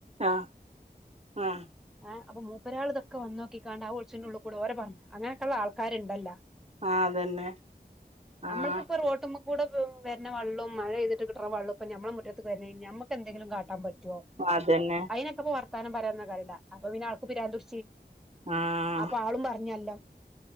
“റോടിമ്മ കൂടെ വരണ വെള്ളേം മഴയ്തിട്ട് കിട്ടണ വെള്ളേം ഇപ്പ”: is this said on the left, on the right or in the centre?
Centre